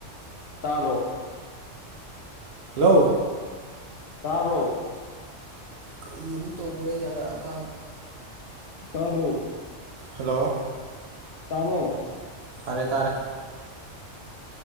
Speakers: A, on the left; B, on the right.
A: ꯇꯔꯣ
B: ꯍꯜꯂꯣ
A: ꯇꯥꯕꯣ
B: ꯀꯔꯤ ꯑꯃꯨꯛ ꯇꯧꯈ꯭ꯔꯦ ꯌꯥꯔꯛꯑꯀꯥꯟꯗ
A: ꯇꯥꯗ꯭ꯔꯣ
B: ꯍꯜꯂꯣ
A: ꯇꯥꯕꯣ
B: ꯇꯥꯔꯦ ꯇꯥꯔꯦ